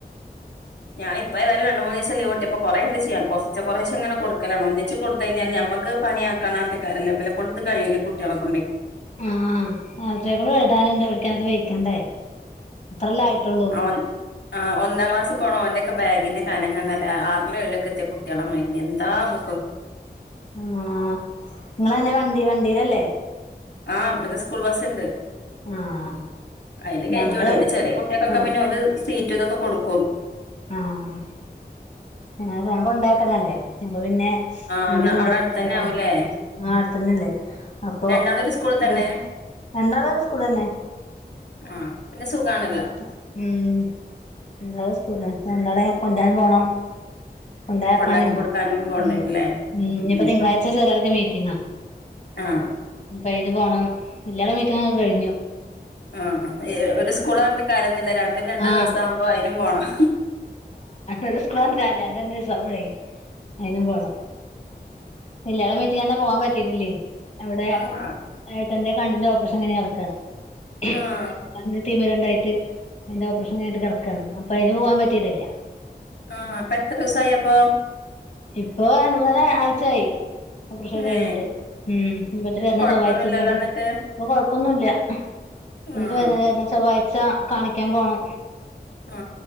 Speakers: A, on the left; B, on the left.
A: ഞാനിപ്പോ ഏതായാലും രണ്ട്മൂന്ന്ദിവസം ലീവ് കട്ടിയപ്പൊ കൊറെണ്ട് ചെയ്യാൻ കുറച്ച്ച്ചെ കൊറേശെങ്ങനെ കൊട്ക്കലാണ് ഒന്നി ച്ച് കൊടുത്ത്കഴിഞ്ഞാൽ
B: ഉം
A: നമുക്ക് പണിയാക്കണാണ്ട് കാര്യല്ല ഇബലെക്കൊണ്ടിത് കിഴിയില്ല കുട്ടികളെക്കൊണ്ടേ
B: ആഹ് അവറ്റകള് എഴുതാനുണ്ട് പഠിക്കാനൊക്കെ വെയ്ക്കണ്ടേ ഇത്രല്ലേ ആയിട്ടുള്ളൂ
A: ആം-ആ ഒന്നാം ക്ലാസ് പോണ ഓന്റെക്കെ ബാഗി ഗിന്റെ കാനംകണ്ടാൽ ആറിലുംഏഴിലോക്കെത്തിയ കുട്ടികളുമായിരി എന്താ ബു
B: ആ നിങ്ങളെങ്ങനെ വണ്ടി വണ്ടീയിലല്ലേ
A: ആഹ് ഇവിടന്ന് സ്കൂൾ ബസ്സുണ്ട്
B: ആഹ്
A: അയില് കേറ്റിവിടും
B: ഞങ്ങള്
A: പിന്നെ ചെറിയകുട്ടികക്കൊക്കെ
B: ആഹ്
A: പിന്നെ ഓല് സീറ്റ് റ്റൊക്കെ കൊടുക്കും
B: ആഹ് ന്നാ വേംകൊണ്ടാക്കലല്ലേ അപ്പൊ പിന്നെ
A: ആഹ്
B: എന്താ നിന്റെയൊപ്പം
A: അവിടെ അടുത്തന്നെ
B: കൊണ്ടാക്കണ
A: ആവൂല്ലേ
B: ആ അടുത്തെന്നല്ലേ അപ്പൊ
A: രണ്ടാളും ഒരു സ്കൂളിൽ
B: എന്ത
A: തന്നെ
B: രണ്ടാളും ഒരു സ്കൂളെന്നെ
A: ആഹ് പിന്നെ സുഖാണല്ലോ
B: ഉമ്മാ വിളിക്കാ ഉം എന്താ സ്കൂള് സങ്കടേ കൊണ്ടരാൻ പോണം കൊണ്ടോയാക്കാനും
A: കൊണ്ടാക്കി കൊടുക്കാനും പോണ്ടേരും
B: ഉം-ഉം
A: ല്ലേ ഉം
B: ഇനിയിപ്പൊ
A: ഉം
B: തിങ്കാഴ്ച്ച ചെറിയാൾക്ക് മീറ്റിങ്ങാ
A: ആഹ്
B: ഇനിപ്പയിന് പോണം വല്യാൾടെ മീറ്റിങ്ങൊക്കെ കയിഞ്ഞു
A: ആ ഒരു സ്കൂളായാണ്ട് കാര്യ ങ്ങളല്ല രണ്ടും രണ്ടുദിവസാവുമ്പോ
B: ആഹ്
A: അയിനും പോണം
B: ഒരുസ്കൂളാണ്പറഞ്ഞിട്ട് കാര്യല്ല രണ്ട് രണ്ടുദിവസാവുമ്പളേ അയിനും പോണം വല്യാൾടെ മീറ്റിങ്ങിനെന്നെ പോകാൻ പറ്റീട്ടില്ലേ അവിടെ
A: ആഹ്
B: ഏട്ടന്റെ കണ്ണിന്റെ ഓപ്പറേഷൻ കഴിഞ്ഞിട്ട് കടക്കാണ്
A: ആഹ്
B: തിമിരണ്ടായിട്ട് അതിന്റെ ഓപ്പറേഷൻ കഴിഞ്ഞിട്ട് കിടക്കാണ് അപ്പൊ അതിന് പോവാൻ പറ്റീട്ടില്ല
A: ആഹ് ഇപ്പെത്ര ദിവസായപ്പൊ
B: ഇപ്പൊ രണ്ട്മൂന്നര ആഴ്ച്ചായി ഓപ്പറേഷൻ കഴിഞ്ഞിട്ട്
A: ഏഹ്
B: ഉം ഇനി വിളിച്ചിട്ട്വരണ
A: കൊഴപ്പൊന്നുല്ലല്ലോ
B: ചൊവ്വാഴ്ച്ചയന്നോട്
A: എന്നിട്ട്
B: ഇപ്പൊ കൊഴപ്പൊന്നുല്ല പിന്നെ
A: ആഹ്
B: <unintelligible> ചൊവ്വാഴ്ച കാണിക്കാൻ പോണം
A: ആ